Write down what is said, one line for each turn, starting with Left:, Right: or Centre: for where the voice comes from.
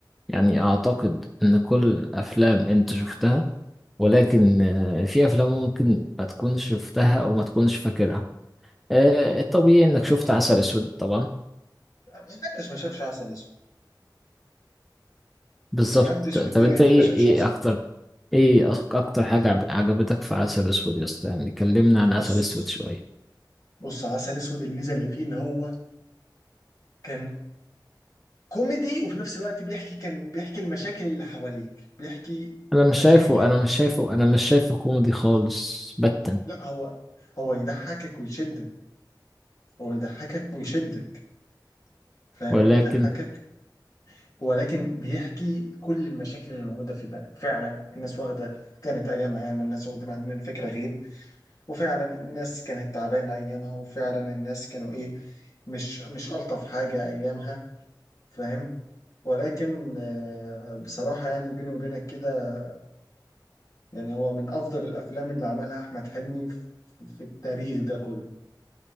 Centre: يعني أعتقد إن كل الأفلام أنت شفتها ولكن آه، في أفلام ممكن ما تكونش شفتها أو ما تكونش فاكرها أه الطبيعي إنك شفت عسل أسود طبعا
Left: محدش ما شافش عسل اسود
Centre: بالظبط
Left: محدش في
Centre: طب
Left: الدنيا
Centre: انت
Left: دي
Centre: ايه
Left: ما شافش
Centre: ايه
Left: عسل
Centre: اكتر ايه أك- اكتر حاجة عجب- عجبتك في عسل اسود يا اسطى يعني كلمنا عن
Left: بص
Centre: عسل اسود شوية
Left: بص عسل اسود الميزه اللي فيه ان هو كان كوميدي وفي نفس الوقت بيحكي كان بيحكي المشاكل اللي حواليك بيحكي
Centre: انا
Left: مشاكل
Centre: مش شايفه انا مش شايفه انا مش شايفه كوميدي خالص باتا
Left: لا هو هو يضحكك ويشدك هو يضحكك ويشدك فاهم
Centre: ولكن
Left: يضحكك ولكن بيحكي كل المشاكل اللي موجوده في البلد فعلا الناس واخده كانت ايامها يعني الناس واخده عن الفكره غير وفعلا الناس كانت تعبانة أيامها وفعلا الناس كانوا إيه مش مش ألطف حاجة أيامها فاهم ولكن آه، بصراحة يعني بيني وبينك كده يعني هو من أفضل الأفلام اللي عملها أحمد حلمي في في التاريخ ده كله